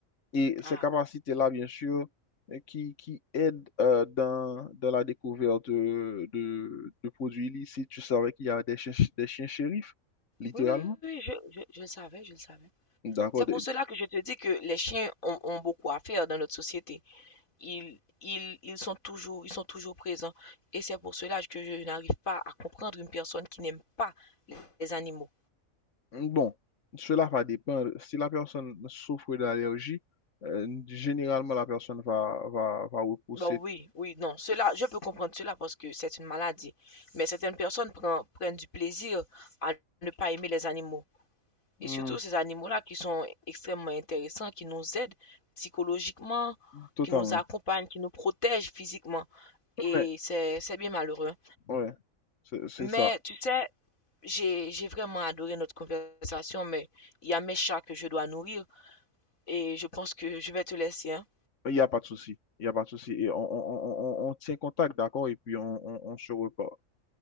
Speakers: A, on the left (about 65°); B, on the left (about 80°).
A: Et ces
B: Ah,
A: capacités-là, bien sûr, euh, qui, qui aident euh, dans, dans la découverte de, de, de produits illicites. Tu savais qu'il y a des chiens, des chiens shérifs, littéralement.
B: oui, oui, oui, je, je, je le savais, je le savais.
A: D'accord.
B: C'est pour
A: des-
B: cela que je te dis que les chiens ont, ont beaucoup à faire dans notre société. ils, ils, ils sont toujours, ils sont toujours présents. Et c'est pour cela que je n'arrive pas à comprendre une personne qui n'aime pas les, animaux.
A: Mhm. Bon, cela va dépendre. Si la personne souffre d'allergie, euh, généralement, la personne va, va, va repousser
B: Bah oui, oui, non, cela, je peux comprendre cela parce que c'est une maladie. Mais certaines personnes prennent, prennent du plaisir à ne pas aimer les animaux.
A: Hmm,
B: Et surtout ces animaux-là qui sont extrêmement intéressants, qui nous aident psychologiquement,
A: totalement.
B: qui nous accompagnent, qui nous protègent physiquement. Et
A: Mais,
B: c'est, c'est bien malheureux.
A: ouais, c'est c'est
B: Mais
A: ça.
B: tu sais, J'ai, j'ai vraiment adoré notre conversation, mais il y a mes chats que je dois nourrir et je pense que je vais te laisser, hein.
A: Il n'y a pas de souci. Il n'y a pas de souci. Et on, on- on- on- on tient contact, d'accord? Et puis, on, on on se reparle.